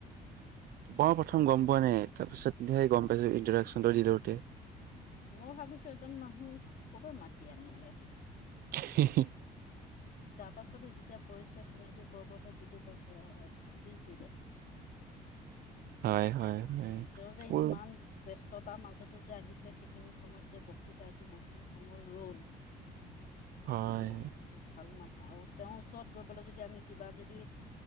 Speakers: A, on the right (about 65°); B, on the left (about 55°).
A: মই প্ৰথম গ'ম পোৱা নাই, তাৰ পিছত গ'ম পাইছো, ইন্ট্ৰডাকশ্যনটো দি দিওঁতে।
B: মই ভাবিছোঁ এজন মানুহক কৰপৰা মাতি আনিলে।
A: <unintelligible>
B: তাৰ পাছতে যেতিয়া পৰিচয় চিনাকি পৰ্বৰততে বুজি পাইছো, দি ছি দেখোন।
A: হয়, হয়, হয়।
B: তেওঁ যে
A: উম,
B: ইমান ব্যস্ততাৰ মাজতো যে আহি পেলাই সেইখিনি সময়ত যে বক্তৃতা দি ইমানখিনি সময় ৰ'ল।
A: হয়।
B: তেওঁ ভাল মানুহ আৰু তেওঁৰ ওচৰত গৈ পেলাই যদি আমি কিবা যদি